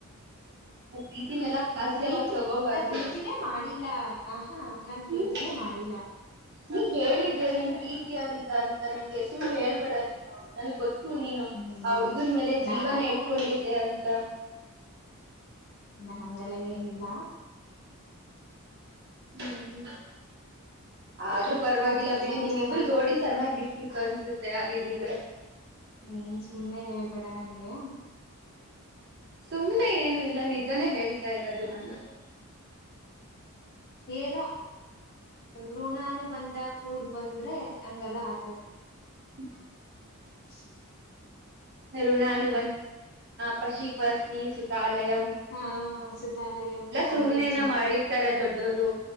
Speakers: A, on the right; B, on the left.
A: ರೀತಿನೆಲ್ಲ ಹಾಸ್ಯವಾಗ
B: ಪ್ರೀತಿ
A: ತಗೋಬಾರ್ದ
B: ನಾ ಪ್ರೀತಿನೇ ಮಾಡಿಲ್ಲ ಆಹಾ ನಾನ್ ಪ್ರೀತಿನೇ
A: ಹ್ಮ
B: ಮಾಡಿಲ್ಲ
A: ನೀ ಹೇಳಿದೆ ನೀನ್ ಪ್ರೀತಿ ಅಂತ ಅಂತ ನಂಗೆ ಹೆಸಳ್ಳ ಹೇಳ್ಬೇಡ ನನ್ಗ್ ಗೊತ್ತ ನೀನು
B: ಹ್ಮ್ ಇಲ್ಲ
A: ಆ ಹುಡ್ಗನ್
B: ಇಲ್ಲ
A: ಮೇಲೆ ಜೀವನ
B: ನಾನು
A: ಇಟ್ಕೊಂಡಿದ್ದೆ ಅಂತ
B: ಹಂಗಲ್ಲ ಏನಿಲ್ಲ
A: ಹ್ಮ ಆದ್ರೂ ಪರವಾಗಿಲ್ಲ
B: ಮತ್ತೇನ್
A: ಬಿಡಿ
B: ಸಮಾಚಾರ
A: ನಿಮ್ ಇಬ್ರು ಜೋಡಿ ಚೆನ್ನಾಗಿ ಇರ್ತಿತ್ತು ಅನ್ಸುತ್ತೆ ಹಾಗಗಿದ್ದಿದ್ರೆ
B: ಹ್ಮ್ ಸುಮ್ನೆ ಹೇಳ್ಬೇಡ ನಂಗೆ
A: ಸುಮ್ನೆ ಏನು ಇಲ್ಲ ನಿಜಾನೇ ಹೇಳ್ತಾ ಇರೋದು ನಾನು
B: ಏನೋ ಋಣಾನು ಬಂದ ಕೂಡ್ ಬಂದ್ರೆ ಹಂಗಲ್ಲ ಆತದೆ
A: ಹ್ಮ
B: <unintelligible>
A: ಋಣಾನಬಂಧಾರೂಪೇಣ ಪಶಿಪಸ್ನಿ ಸುತಾಲಯ
B: ಹಾ ಹ ಸತಾಲಯಂ ಅ
A: ಸುಮ್ನೆನ
B: ಚೆನ್ನಾಗಿದೆ
A: ಮಾಡಿರ್ತಾರ ದೊಡ್ಡೋರು